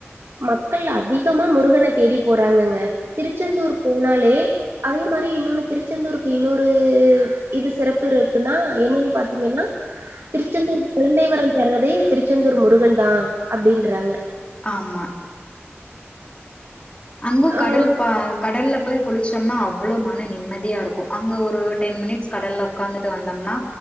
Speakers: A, on the right; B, on the left.
A: மக்கள் அதிகமா முருகன தேடி போறாங்கங்க திருச்செந்தூர் போனாலே அதே மாரி இன்னொன்னு திருச்செந்தூருக்கு இன்னொரு இது சிறப்பு இருக்குன்னா என்னன்னு பாத்தீங்கனா திருச்செந்தூர் குழந்தைவரோ தருவதே திருச்செந்தூர் முருகன் தா அப்டின்றாங்க
B: ஆமா அங்கு
A: ஆம்
B: கடல் இப்ப கடல்ல போய் குளிச்சோம்னா அவ்ளோ மன நிம்மதியா இருக்கு அங்க ஒரு டென் மினிட்ஸ் கடல்ல உக்காந்துட்டு வந்தோம்னா